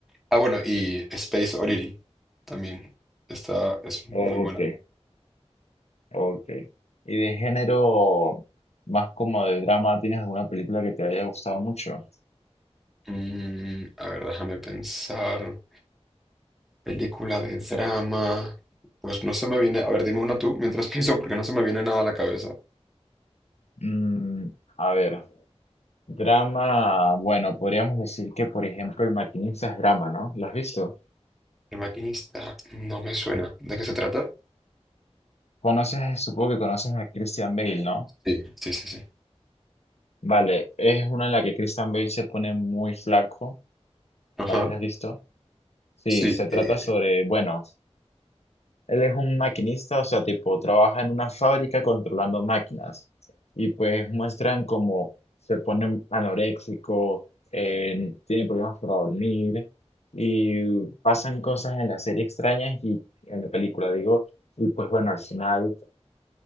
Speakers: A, in the centre; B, on the left.
A: Ah, bueno, y Space Oddity también. Esta es muy
B: ok,
A: buena.
B: ok. ¿Y de género más como de drama, tienes alguna película que te haya gustado mucho?
A: Mm, a ver, déjame pensar. Película de drama. Pues no se me viene. A ver, dime una tú mientras <laughs> pienso, porque no se me viene nada a la cabeza.
B: Mm, a ver, drama, bueno, podríamos decir que, por ejemplo, El Maquinista es drama, ¿no? ¿Lo has visto?
A: El maquinista no me suena. ¿De qué se trata?
B: Conoces, supongo que conoces a Christian Bale, ¿no?
A: Sí, sí, sí, sí.
B: Vale, es una en la que Christian Bale se pone muy flaco,
A: Ajá.
B: tal vez la has visto. Sí,
A: Sí.
B: se trata
A: eh,
B: sobre, bueno, Él es un maquinista, o sea, tipo, trabaja en una fábrica controlando máquinas. Y pues muestran cómo se pone anoréxico, eh, tiene problemas para dormir, y pasan cosas en la serie extrañas y en la película, digo. Y pues bueno, al final,